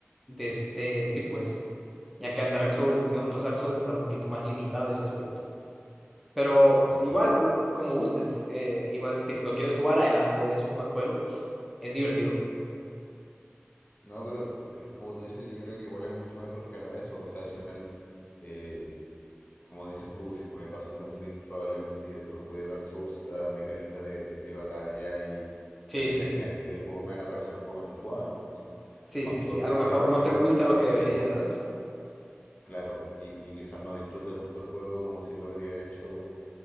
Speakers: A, in the centre; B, on the left (about 40°).
A: De este, sí, pues, ya que en Dark Souls, en los otros Dark Souls está un poquito más limitado ese aspecto. Pero
B: no,
A: es igual,
B: claro.
A: no- como gustes, eh, igual si te lo quieres jugar adelante, es un buen juego, es divertido.
B: No, pero eh, como tú dices, yo creo que igual es mucho mejor que haga eso. O sea, al final, eh, como dices tú, si es que me paso el Dan Ring probablemente y después juegue Dark Souls, la mecánica de, de batalla y,
A: Sí,
B: la mecánica
A: sí, sí.
B: en sí del juego me van a parecer un poco anticuada. Entonces,
A: Sí,
B: lo más
A: sí,
B: propio
A: sí. A lo mejor
B: es que
A: no te gusta lo
B: eh,
A: que debería, ¿sabes?
B: Claro, y, y quizás no disfrute tanto el juego como si lo habría hecho